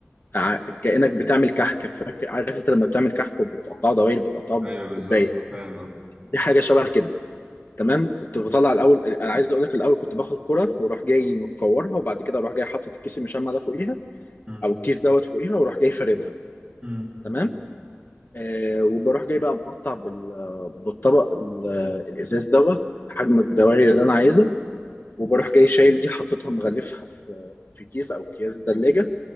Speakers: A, on the left; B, on the right.
A: ع- كأنك بتعمل كحك فاكر عارف انت لما بتعمل كحك وبتقطعه دوائر بتقطعه
B: ايوه بالظبط
A: بكوبايه
B: فاهم قصدي
A: دي حاجه شبه كده تمام كنت بطلع الاول انا عايز اقول لك الاول كنت باخد كره واروح جاي مكورها وبعد كده اروح جاي حاطط الكيس المشمع ده فوقيها
B: مم.
A: او الكيس دوت فوقيها واروح جاي فاردها
B: مم.
A: تمام آه وبروح جاي بقى مقطع بال- بالطبق ال- الازاز دوت حجم الدوائر اللي انا عايزها وبروح جاي شايل دي حاططها مغلفها في في كيس او اكياس ثلاجه